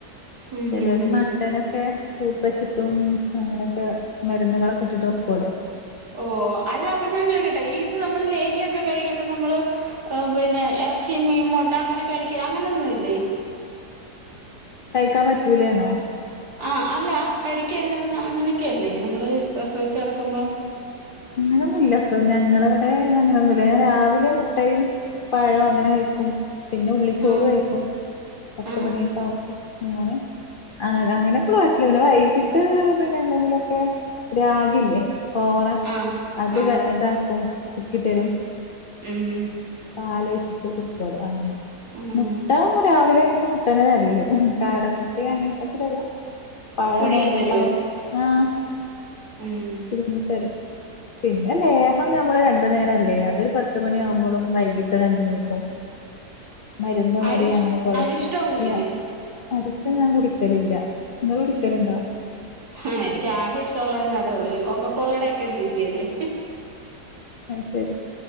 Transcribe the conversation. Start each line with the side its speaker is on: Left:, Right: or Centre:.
Right: ഉം
Left: ചിലര്
Right: ഹും ഹും
Left: മട്ടനൊക്കെ ഒക്കെ സൂപ്പ് വെച്ചിട്ടും അങ്ങനെയൊക്കെ മരുന്നുകളൊക്കെ ഇട്ടിട്ട് വെക്കല്ലോ
Right: ഓ അല്ല അപ്പൊ ഞാൻ ചോദിക്കട്ടെ ഈ ഇത് നമ്മള് ലേഹൊക്കെ കഴിക്കുമ്പോ നമ്മള് പിന്നെ ഇറച്ചി മീൻമോട്ട അങ്ങനെ കഴിക്ക അങ്ങനെയൊന്നുംല്ലേ
Left: കഴിക്കാൻ പറ്റൂലേന്നോ
Right: ആഹ അല്ല കഴിക്കരുതുന്ന അങ്ങനെയൊക്കെല്ലേ നമ്മള് പ്രസവിച്ച കടക്കുമ്പോ
Left: അങ്ങനെയൊന്നുമല്ല കേട്ടോ ഞങ്ങളവിടെ അങ്ങനെയൊന്നുമല്ല ഞൻ രാവിലെ മുട്ടയും പഴം അങ്ങനെ കഴിക്കും പിന്നെ ഉള്ളിച്ചോറ്
Right: ആഹ്
Left: കഴിക്കും പത്തുമണിയൊക്കെ
Right: ആഹ്
Left: ആവുമ്പോ അങ്ങനെ അ അങ്ങനക്കോള്ളട്ടില്ലേ പിന്നെ വൈകിട്ട് പിന്നെ എന്തെങ്കിലുമൊക്കെ രാഗില്ലേ കോറ
Right: ആഹ്
Left: അത്
Right: ആഹ്
Left: ഇതാക്കും കുറുക്കിത്തരും
Right: ഉം ഉം
Left: പാൽ ഒഴിച്ചിട്ട് കുടുക്കലോ അങ്ങനെ
Right: ഉം
Left: മുട്ട
Right: ഉം
Left: രാവിലെ ഒക്കെ മുട്ടണ നല്ല കാടംമുട്ടിയ അങ്ങനത്തെൊക്കെ തരും പഴ
Right: പുഴുങ്ങി
Left: നേതൃപ്പഴ
Right: തരോ
Left: ആഹ
Right: ഉം
Left: പുഴുങ്ങിത്തരും പിന്നെ ലേഹം നമ്മള് രണ്ടു നേരമല്ലേ അതൊരു പത്ത് മണിയ ആകുമ്പോഴും വൈകിട്ട് ഒരു അഞ്ചുമണി മരുന്ന് വരി
Right: അരിഷ്
Left: അങ്ങനെ കൊറ
Right: അരിഷ്ടൊന്നുല്ലേ
Left: ഇല്ല അരിഷ്ടം ഞാൻ കുടിക്കലില്ല നിങ്ങൾ കുടിക്കലുണ്ടോ
Right: ആ എനിക്ക് ആകെ ഇഷ്ടമുള്ള അതേ ഉള്ളൂ കൊക്ക കോളയുടെ ഒക്കെ ഒരു രുചിയല്ലേ
Left: ശരി